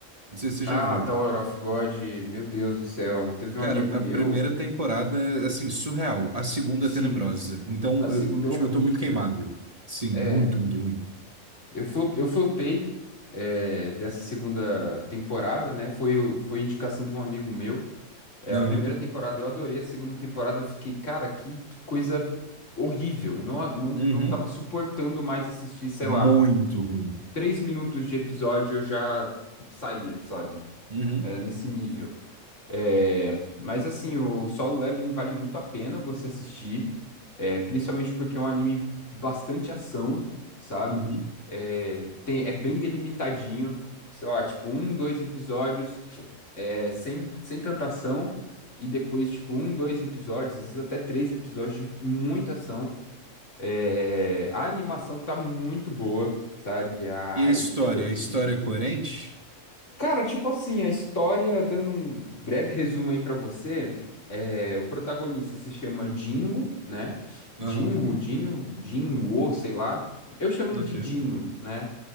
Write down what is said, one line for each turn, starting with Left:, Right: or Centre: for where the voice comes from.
Right: Não sei se você
Left: Ah,
Right: já viu.
Left: Tower of God, meu Deus do céu. Teve
Right: Cara,
Left: um amigo
Right: a
Left: meu.
Right: primeira temporada é assim, surreal, a segunda
Left: Sim,
Right: é tenebrosa. Então,
Left: a segunda
Right: eu, tipo,
Left: é horrível.
Right: eu tô muito queimado. Sim,
Left: É,
Right: muito, muito ruim.
Left: eu flop, eu flopei é, dessa segunda temporada, né? Foi, o- foi indicação de um amigo meu. É,
Right: Aham.
Left: a primeira temporada eu adorei, a segunda temporada eu fiquei, cara, que, que coisa horrível. Eu Não, a- não,
Right: Uhum.
Left: não tava suportando mais assistir, sei
Right: Muito
Left: lá,
Right: ruim.
Left: três minutos de episódio eu já saía, sabe?
Right: Uhum.
Left: Era nesse nível. É, mas assim, o Solo Leveling vale muito a pena você assistir, é, principalmente porque é um anime de bastante ação, sabe?
Right: Uhum.
Left: É, tem, é bem delimitadinho, sei lá, tipo um, dois episódios, é, sem, sem tanta ação, e depois tipo um, dois episódios, às vezes até três episódios de muita ação. É, a animação tá muito boa, sabe? A-
Right: E a história?
Left: o estilo artístico.
Right: A história é coerente?
Left: Cara, tipo assim, a história, dando um breve resumo aí pra você, é, o protagonista se chama Jinwoo, né?
Right: Aham.
Left: Jinwoo, Jinwoo, Jinwoo, sei lá. Eu chamo ele
Right: Ok.
Left: de Dinho, né?